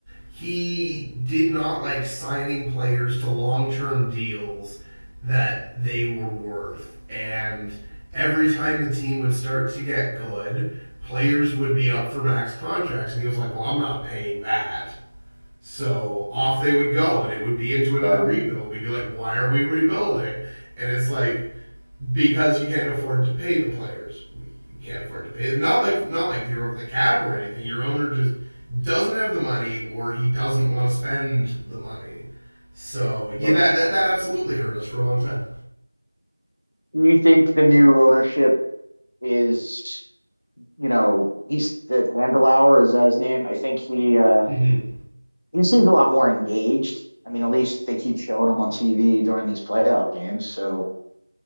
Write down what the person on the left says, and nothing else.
Yeah,
sure.
Do you think the new ownership is, you know, he's the Handelauer, is that his name? I think he uh
he seems a lot more engaged. I mean, at least they keep showing him on TV during these playoff games. So